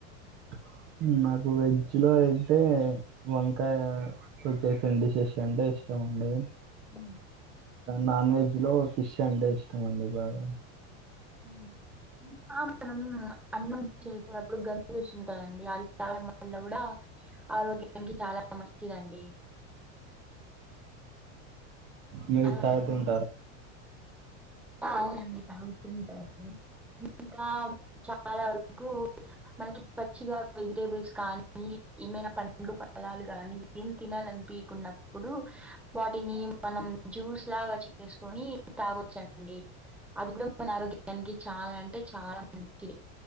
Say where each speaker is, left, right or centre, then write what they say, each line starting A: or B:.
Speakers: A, on the right (about 30°); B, in the centre.
A: <inaudible> నాకు వెజ్ లో అయితే వంకాయతో చేసిన డిషెస్ అంటే ఇష్ చమండి
B: ఊ
A: నాన్ వెజ్ లో ఫిష్ అంటే ఇష్టమ అండి బాగా
B: ఊ ఆ మనం అన్నం చేసే అప్పుడు గంజలు వచ్చింటదండి వాటికి తా <unintelligible> కూడా ఆరోగ్యానికి చాలా మంచిదండి
A: మీతాతుంటారా
B: ఆ, అవునండి బాగుతుంటారు ఇంకా చాలా కు మనకి పచ్చిగా వెజిటేబుల్స్ కానీ ఏమైనా పండ్లు పలాలు కానీ ఏం తినాలని పికున్నప్పుడు వాటిని మనం జ్యూస్ లాగా చేసుకొని తాగొచ్చండి అది కూడా మన ఆరోగ్యానికి చాలా అంటే చాలా మంచిది